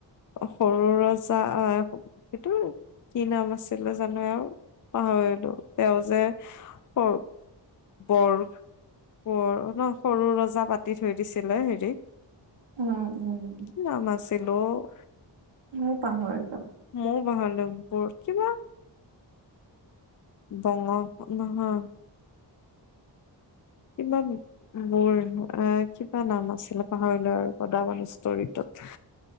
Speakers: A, on the left (about 45°); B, on the right (about 75°).
A: সৰু ৰজা! আহ'সেইটোৰ কি নাম আছিলে জানো এওৰ পাহৰিলো তেওঁ যে সৰ বৰফ্ কোঁৱৰ ন? সৰু ৰজা পাতি থৈ দিছিলে হেৰি
B: উম, উম
A: কি নাম আছিল অ'
B: মই পাহৰিলো?
A: মইয়ো পাহৰিলো বুৰ কিবা বঙহ নহয় কিমান? মোৰ এ কিবা নাম আছিলে পাহৰিলো আৰু গদাপাণি ষ্টৰিটোত।